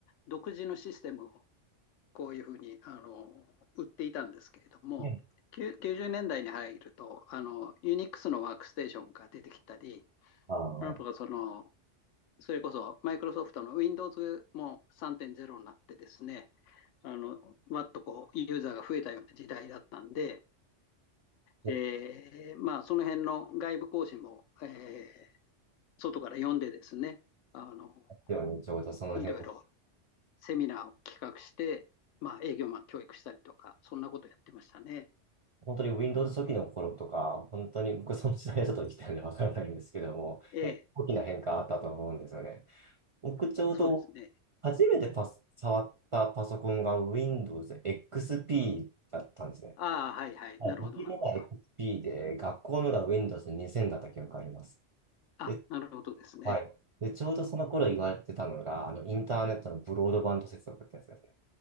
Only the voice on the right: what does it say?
ね。
ああ、
そうで
すよね。ちょうどその辺。
本当に Windows 初期の頃とか、本当に僕その時代はちょっと生きてるんでわからないんですけども、
結構大きな変化あったと思うんですよね。僕ちょうど
初めてパス、触ったパソコンが Windows XP だったんですね。
はい、
僕のが
XP で、学校のが Windows 2000だった記憶があります。
で、
はい。で、ちょうどその頃言われてたのが、あの、インターネットのブロードバンド接続ってやつですね。